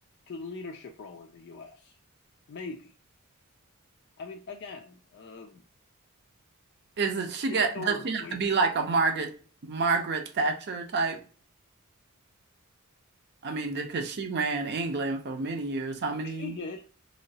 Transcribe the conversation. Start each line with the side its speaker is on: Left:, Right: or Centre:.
Left: to the leadership role in the U.S. Maybe. I mean, again, um,
Right: Is it she
Left: historically,
Right: got, does she have to be like a Margaret Margaret Thatcher type? I mean, because she ran England for many years. How many?
Left: she did,